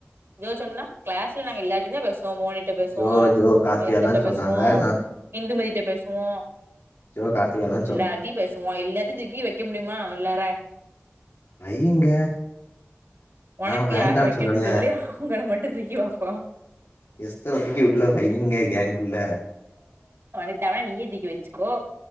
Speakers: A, on the right (about 65°); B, on the left (about 85°).
A: ஜோதி சொன்னா கிளாஸ்ல நாங்க எல்லாருட்டையுந்தா பேசுவோ மோனிட் ட்ட பேசுவோ
B: ஜோ ஜோ கார்த்தி
A: எஸ்தர்ட்ட
B: எல்லா
A: பேசுவோ
B: சொன்னாங்க நா
A: இந்துமதிட்ட பேசுவோ
B: சிவ கார்த்திகயெல்லா
A: எல்லாருட்டையு பேசுவோ எல்லாத்தையு தூக்கி வெக்க முடியுமா எல்லார
B: வைங்க
A: ஒனக்கு
B: நா வேண்டான்னு
A: யார வெக்கணுன்
B: சொல்லல
A: சொல்லு அவங்கள மட்டு தூக்கி வெப்போ
B: எஸ்தர தூக்கி உள்ள வைங்க கேங்குள்ள
A: ஒனக் தேவனா நீயே தீக்கி வச்க்கோ